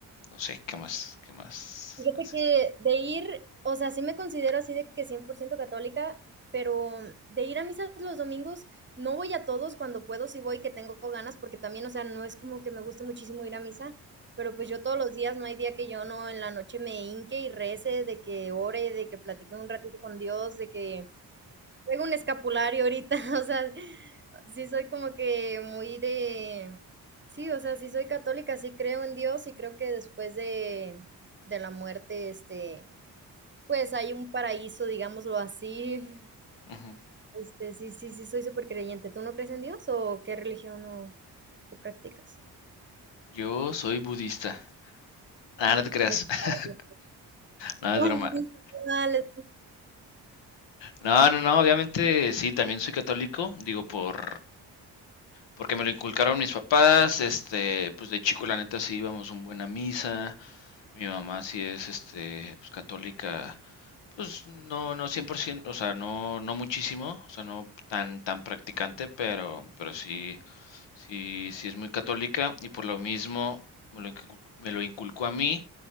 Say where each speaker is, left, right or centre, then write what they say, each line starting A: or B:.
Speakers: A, on the left; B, on the right.
A: no sé, ¿qué más, qué más
B: Fíjate
A: haces?
B: que de ir, o sea, sí me considero así de que 100% católica, pero de ir a misas los domingos, no voy a todos, cuando puedo sí voy, que tengo ganas, porque también, o sea, no es como que me guste muchísimo ir a misa, pero pues yo todos los días, no hay día que yo no en la noche me hinque y rece, de que ore, de que platique un ratito con Dios, de que traigo un escapulario ahorita, <laughs> o sea, sí soy como que muy de, sí, o sea, sí soy católica, sí creo en Dios y creo que después de, de la muerte, este, pues hay un paraíso, digámoslo así. <laughs>
A: Ujú.
B: Este, sí, sí, sí, soy súper creyente. ¿Tú no crees en Dios o qué religión o qué practicas?
A: Yo soy budista. Ah, no te creas.
B: Ay,
A: <laughs>
B: <laughs>
A: No, es
B: ay,
A: broma.
B: sí, vale.
A: No, no, no, obviamente sí, también soy católico, digo, por... porque me lo inculcaron mis papás, este, pues de chico la neta sí íbamos un buen a misa, mi mamá sí es, este, pues católica, pues no, no 100%. o sea, no, no muchísimo, o sea, no tan, tan practicante, pero, pero sí, sí, sí es muy católica y por lo mismo me lo inculcó me lo inculcó a mí.